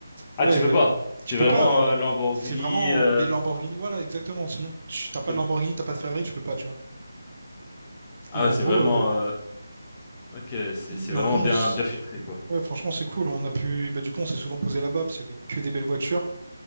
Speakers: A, on the left; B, on the right.
A: Ah,
B: Ouais,
A: tu peux
B: euh,
A: pas. C'est
B: tu peux
A: vraiment
B: pas, genre.
A: euh, Lamborghini.
B: C'est vraiment
A: euh,
B: des Lamborghini. Voilà, exactement. Sinon, tu t'as
A: Ok.
B: pas de Lamborghini, t'as pas de Ferrari, tu peux pas, tu vois.
A: Ah
B: Et
A: ouais,
B: en
A: c'est
B: gros,
A: vraiment.
B: euh,
A: euh, Ok, c'est
B: et
A: c'est vraiment
B: en gros, on
A: bien
B: s-
A: bien filtré quoi.
B: ouais, franchement, c'est cool. On a pu, bah, du coup, on s'est souvent posé là-bas parce qu'il y avait que des belles voitures.